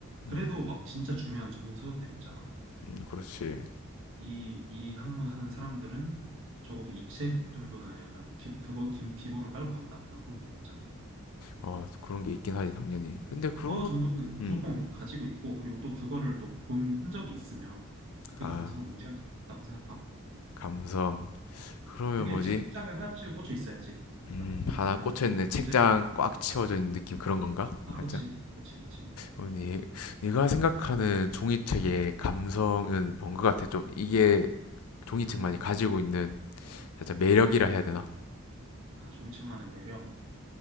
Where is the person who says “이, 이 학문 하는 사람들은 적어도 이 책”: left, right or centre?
Right